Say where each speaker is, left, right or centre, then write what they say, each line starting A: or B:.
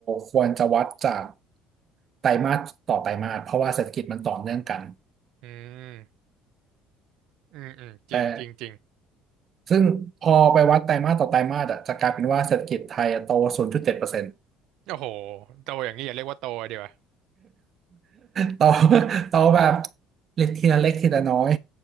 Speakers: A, on the right; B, on the right.
A: ควรจะวัดจากไตรมาสต่อไตรมาสเพราะว่าเศรษฐกิจมันต่อเนื่องกัน
B: อืมอืมอืมจริงจริงจริง
A: แต่ซึ่งพอไปวัดไตรมาสต่อไตรมาสอะจะกลายเป็นว่าเศรษฐกิจไทยอะโต0.7% <laughs>
B: โอ้โหโตอย่างนี้อย่าเรียกว่าโตดีกว่า
A: โตโตแบบเล็กทีละเล็กทีละน้อย